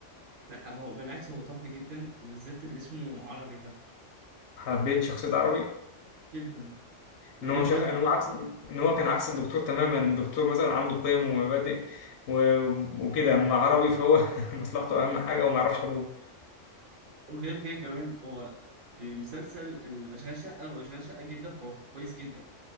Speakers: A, on the right; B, on the left.
A: لا هو بالعكس هو تحفة جدا وبالذات اللي اسمه عربي ده
B: حبيت شخصية عربي
A: جدا الواد
B: إن هو شخ...
A: ده
B: إن هو عكس إن هو كان عكس الدكتور تماما الدكتور مثلا عنده قيم ومبادئ و... وكده أما عربي فهو <laughs> مصلحته أهم حاجة وما يعرفش أبوه
A: وغير كده كمان هو في مسلسل الأشغال شقة هو أشغال شقة جدا فهو كويس جدا